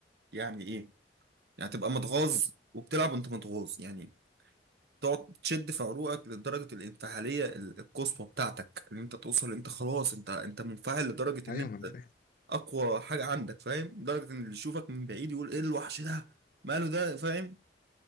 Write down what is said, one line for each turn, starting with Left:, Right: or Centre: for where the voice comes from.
Right: يعني ايه يعني تبقى متغاظ وبتلعب وانت متغاظ يعني تقعد تشد في عروقك لدرجه الانفعاليه ال- القصوى بتاعتك ان انت توصل انت خلاص انت انت منفعل لدرجه
Left: ايوه
Right: ان انت
Left: ما انا فاهم
Right: اقوى حاجه عندك فاهم لدرجه ان اللي يشوفك من بعيد يقول ايه الوحش ده ماله ده فاهم